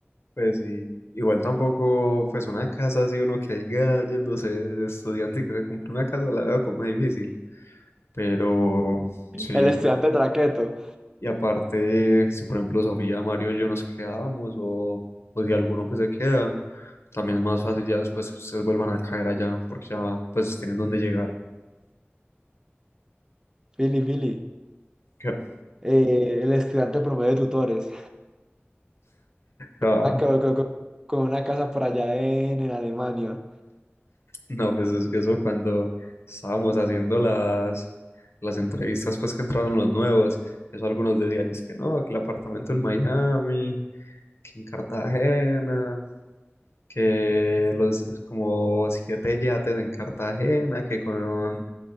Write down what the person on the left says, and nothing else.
Pues sí, igual tampoco, pues una casa así, uno que haya yéndose de estudiante y que se compre una casa, la veo como difícil. Pero
sí,
Y aparte, si por ejemplo Sofía, Mario y yo nos quedamos o, o si alguno pues se queda, también es más fácil ya después que ustedes vuelvan a caer allá porque ya pues tienen dónde llegar. <laughs>
Que-
ah,
no, pues es que eso cuando estábamos haciendo las, las entrevistas pues que entraron los nuevos, eso algunos decían es que no, que el apartamento en Miami, que en Cartagena, que los como siete yates en Cartagena, que con